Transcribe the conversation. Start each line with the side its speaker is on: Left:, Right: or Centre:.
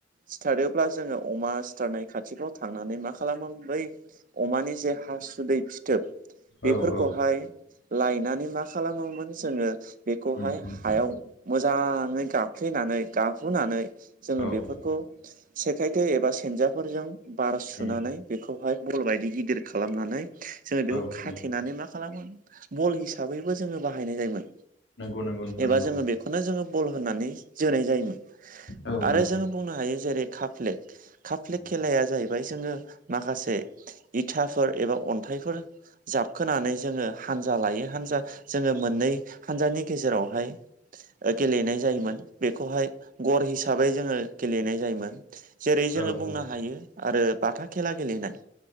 Right: सिथारोब्ला जोङो अमा सिथारनाय खाथिफ्राव थांनानै मा खालामोमोन बै अमानि जे हासुदै फिथोब बेफोरखौहाय
Left: औ औ
Right: लायनानै मा खालामोमोन जोङो बेखौहाय
Left: उम उम
Right: हायाव मोजाङै गाफ्लेनानै गाहुनानै जोङो
Left: औ
Right: बेफोरखौ
Left: औ
Right: सेखायथे एबा सेनजाफोरजों बार सुनानै
Left: उम
Right: बेखौहाय बल बायदि गिदिर खालामनानै जोङो बेखौ
Left: औ
Right: खाथेनानै
Left: औ
Right: मा खालामोमोन बल हिसाबैबो जोङो बाहायनाय जायोमोन।
Left: नंगौ नंगौ नोंथां
Right: एबा
Left: नंगौ
Right: जोङो बेखौनो जोङो बल होननानै जोनाय जायोमोन।
Left: औ
Right: आरो
Left: नंगौ
Right: जोङो बुंनो हायो जेरै काप-फ्लेट काप-फ्लेट
Left: उम
Right: खेलाया जाहैबाय जोङो माखासे इथाफोर एबा अन्थाइफोर जाबखोनानै जोङो हानजा लायै हानजा जोङो मोननै हानजानि गेजेरावहाय गेलेनाय जायोमोन। बेखौहाय गर हिसाबै जोङो गेलेनाय जायोमोन। जेरै जोङो
Left: औ
Right: बुंनो
Left: औ
Right: हायो आरो बाथा खेला गेलेनाय।